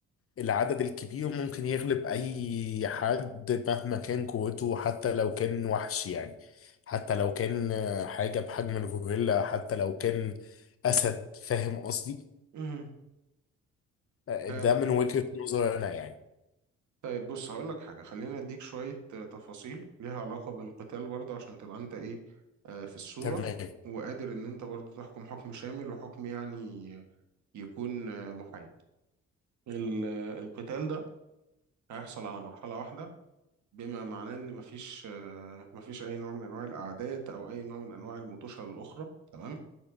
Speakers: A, on the left; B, on the right.
A: العدد الكبير ممكن يغلب اي حد مهما كان قوته حتى لو كان وحش يعني حتى لو كان آه، حاجة بحجم الغوريلا حتى لو كان اسد فاهم قصدي
B: مهم.
A: آه،
B: آه
A: ده من وجهة نظري انا يعني
B: طيب بص هقولك حاجة خليني أديك شوية آه، تفاصيل ليها علاقة بالقتال برضه عشان تبقى أنت إيه آه في الصورة
A: تمام
B: وقادر إن أنت برضه تحكم حكم شامل وحكم يعني يكون آه، محايد ال- آه، القتال ده هيحصل على مرحلة واحدة بما معناه ان مفيش آه، مفيش اي نوع من انواع الاعداد او اي نوع من انواع المطوشه الاخرى تمام